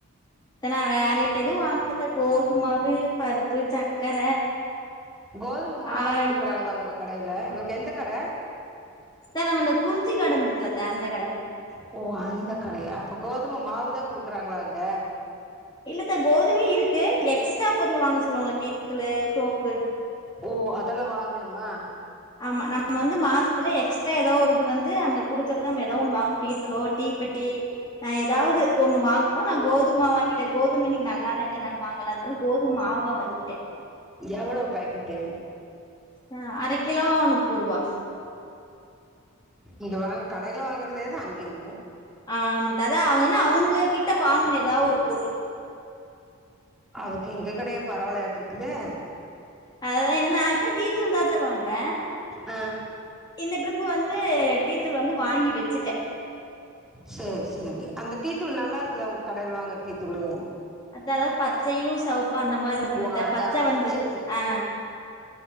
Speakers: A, on the left; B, in the centre.
A: அத்த நா வேற எது வாங்கலத்த கோதும் மாவு பருப்பு சக்கர
B: கோதும மாவா
A: ஆய்
B: குடுக்குறாங்ளா உங்க கடைல உனக்கு எந்த கட
A: த்த நம்ம இந்த குறிஞ்சி காடன்ட்ருக்குல த்த அந்த கட
B: ஓ அந்த கடையா அப்ப கோதும மாவு தா குடுக்குறாங்ளா அங்க
A: இல்ல அத்த கோதுமையி இருக்கு எக்ஸ்ட்ரா பொருள் வாங்க சொல்லுவாங்கல்ல டீ தூளு சோப்பு
B: ஓ அதெல்லா வாங்கனுமா
A: ஆமா நம்ம வந்து மாசத்துல எக்ஸ்ட்ரா எதாவ்து இது வந்து அங்க குடுறத நம்ம எதா ஒன்னு வாங்கணு டீத்துளோ தீ ப் பெட்டி ஆ எதாவ்து ஒண்ணு வாங்கணு நா கோதும் மாவு வாங்கிட்டே கோதும இன்னிக்கு நல்லா இல்லகறனால வாங்கலா அதனால கோதும மாவா வாங்கிட்டே
B: எவ்ளவ் பேக்கெட்டு
A: ஆ அரை கிலோ நுப்புர்வா
B: இது வாங் கடைல வாங்கறதே தா அங்கைய்மு
A: ஆ ஆமா த்த அதா அவுங்கென்னா அவுங்க கிட்ட வாங்கணு எதாவ் ஒரு பொருள்
B: அதுக்கு எங்க கடையே பரவால்லயாட்டருக்குது
A: அதா என்ன நா எப்பய் டீத்தூள் தாத்த வாம்பே
B: ஆ
A: இந்த ட்ரிப்பு வந்து டீத்தூள் வந்து வாங்கி வெச்சுட்டே
B: செர் செரி அந்த டீ தூள் நல்லா இருக்குதா உங்க கடைல வாங்குற டீ தூளு
A: அத்த அதாவ்து பச்சையு செவுப்பா அந்த மாரி வரும்லத்த
B: ஓ அதா
A: பச்ச வந்து
B: சேரி சேரி
A: ஆ